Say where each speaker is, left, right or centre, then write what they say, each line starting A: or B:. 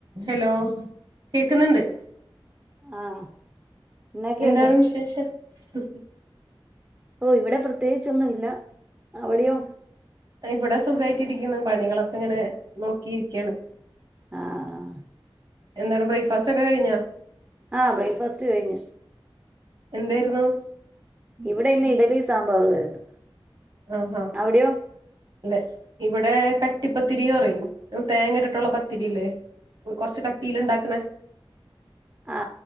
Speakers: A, on the right; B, on the right.
A: Hello കേക്കുന്നുണ്ട്
B: ആഹ് എന്നൊക്കെയുണ്ട്
A: എന്താണ് വിശേഷം <inaudible>
B: ഓ ഇവിടെ പ്രത്യേകിച്ചൊന്നും ഇല്ല അവടെയോ
A: എ ഇവിടെ സുഖവായിട്ടിരിക്കുന്നു പണികളൊക്കെ ഇങ്ങനെ നോക്കിയിരിക്കാണ്
B: ആഹ്
A: എന്താണ് ബ്രേക്ക്ഫാസ്റ്റൊക്കെ കഴിഞ്ഞോ
B: ആ ബ്രേക്ക്ഫാസ്റ്റ് കഴിഞ്ഞു.
A: എന്തേര്ന്നു?
B: ഇവിടെ ഇന്ന് ഇഡലി സാമ്പാറു ആയിരുന്നു.
A: അഹ.
B: അവിടെയോ
A: ല്ലെ, ഇവിടെ കട്ടിപ്പത്തിരീറയും, തേങ്ങ ഇട്ടിട്ടുള്ള പത്തിരില്ലേ? കൊറച്ച് കട്ടീല് ഇണ്ടാക്ക്‌ണേ.
B: ആ